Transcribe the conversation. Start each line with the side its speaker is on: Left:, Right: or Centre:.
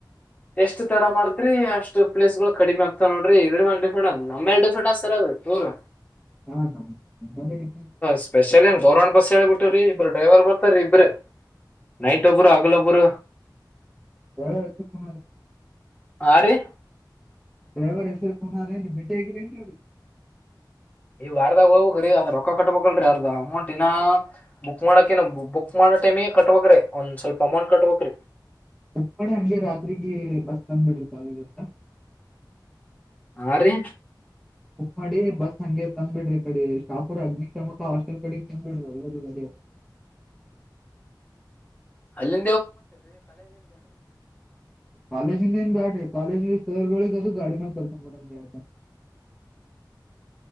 Left: ಎಷ್ಟ ತಡ ಮಾಡ್ತ್ರರಿ ಅಷ್ಟು ಪಲೇಸ್ಗಳು ಕಡಿಮೆಗ್ೆ ನೋಡ್ರಿ ಇದ್ರ ಮೇಲೆ ಡಿಫೆಂಟ್ ಅ ನಮ್ಮ ಮೇಲೆ ಡಿಫ್ರೆಂಟ್ ಅ ಸರ್ ಅದು ತೂರ್
Centre: ಹಾ ನಮ್ ನಿಮ್ಮಲ್ಲೇ ಡಿಪೆಂಡ್
Left: ಸ್ಪೆಷಲಿ ಏ ಸೋರ್ಂಡ್ ಬಸ್ ಹೇಳೇಿ ಬಿಟ್ಟ್ರ ಇಬ್ರು ಡ್ರೈವರ್ ಬರ್ತಾರರಿ ಇಬ್ರ ನೈಟ್ ಒಬುರ ಅಗಲ ಪುರ
Centre: ಹಾ ಎಷ್ಟ ಕು
Left: ಯಾರಿ
Centre: ಡ್ರೈವರ ಹೆಸರಿಫೋನ್ ಆರ ಬಿಟೆ ಹಗರಟ ಅವಿಗೆ
Left: ಈವ ವಾರದಾಗ ಹೋಗ್ರೀ ಅದ್ ರೊಕ್ಕ ಕಟ್ಬೇಕಲ್ರೀ ಅರ್ದ ಅಮೌಂಟ್ ಇನ್ನ ಬುಕ್ ಮಾಡಕ ಬುಕ್ ಮಾಡ ಟೈಮಿಗೆ ಕಟ್ಬೇಕಕ್ ಒಂದ್ ಸ್ವಲ್ಪ ಅಮೌಂಟ್ ಕಟ್ಬಕ್ರೀ
Centre: ಉಪ್ಪಳ ಹಂಗೆ ರಾತ್ರಿರಿಗೆ ಬಸ್ ತಂದ್ ಬಿಡ್ರಿ ಕಾಲೇಜ್ ಹತ್ರ
Left: ಹಾ ರೀ
Centre: ಬುಕ್ ಮಾಡಿ ಬಸ್ ಹಂಗೆ ತಂದ್ಬಿಡ್ರಿ ಕಡೆ ಶಾಪುರ ಅಗ್ನಿಶಾಮಕ ಹಾಸ್ಟೆಲ್ ಕಡೆ ತಿದ್ಬಿಡ್ರಿ ಎಲ್ಲ ರ
Left: ಅಲ್ಲಿ
Centre: ಕಾಲಜ ನೀನು ಬ್ಯಾಟೆ ಕಾಲಜ ಸಗಳಿ ತದು ಗಾಡಿ ನ ಕಕ ಬತ